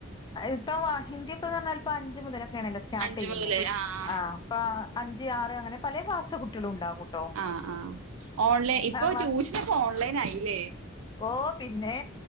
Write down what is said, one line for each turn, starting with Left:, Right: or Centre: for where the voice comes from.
Left: ഇപ്പ ഹിന്ദി ഒക്കെന്ന്റഞ്ഞാൽ ഇപ്പ അഞ്ച് മുതലൊക്കെ ആണല്ലോ സ്റ്റാർട്ട്
Right: അഞ്ച്
Left: ചെയ്യുന്നേ
Right: മുതല് ആഹ്
Left: ആ ഇപ്പ അഞ്ച് ആറ് അങ്ങനെ പലേ ക്ലാസ്ത്തെ കുട്ട്യാളും ഉണ്ടാകും
Right: ആഹ് ആഹ്‌ ഓൺലൈൻ ഇപ്പൊ
Left: ക്ലാസ്
Right: ട്യൂഷനൊക്ക ഓൺലൈൻ ആയില്ലേ
Left: ഓ പിന്നെ